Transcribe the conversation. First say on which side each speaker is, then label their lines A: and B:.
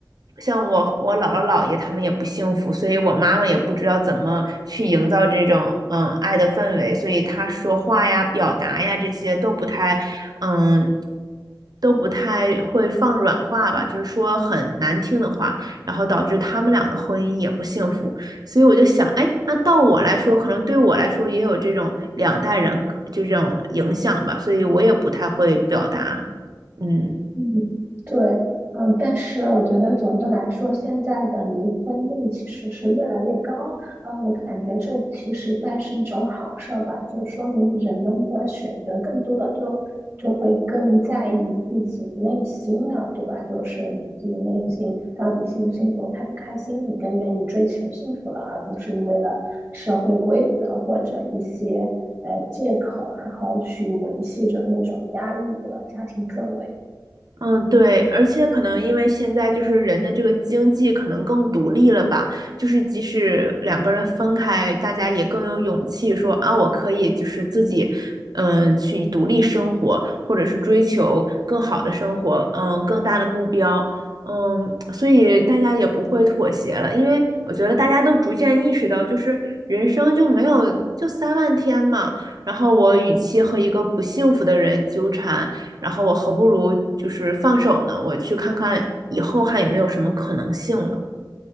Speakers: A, on the right; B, on the right.
A: 像我我姥姥姥爷他们也不幸福，所以我妈妈也不知道怎么去营造这种嗯爱的氛围，所以她说话呀、表达呀这些都不太嗯都不太会放软话吧，就是说很难听的话，然后导致他们俩的婚姻也不幸福。所以我就想，哎，那到我来说，可能对我来说也有这种两代人就这种影响吧，所以我也不太会表达，嗯，
B: 嗯，对，嗯，但是我觉得总的来说，现在的离婚率其实是越来越高，嗯，我感觉这其实算是一种好事儿吧，就说明人们的选择更多了，就就会更在意自己内心了，对吧？就是你自己内心到底幸不幸福、开不开心，你更愿意追求幸福了，而不是为了社会规则或者一些呃借口，然后去维系着那种压抑的家庭氛围。
A: 嗯，对，而且可能因为现在就是人的这个经济可能更独立了吧，就是即使两个人分开，大家也更有勇气说啊，我可以就是自己，嗯，去独立生活，或者是追求更好的生活，嗯，更大的目标，嗯，所以大家也不会妥协了，因为我觉得大家都逐渐意识到，就是人生就没有就三万天嘛，然后我与其和一个不幸福的人纠缠。然后我何不如就是放手呢？我去看看以后还有没有什么可能性了。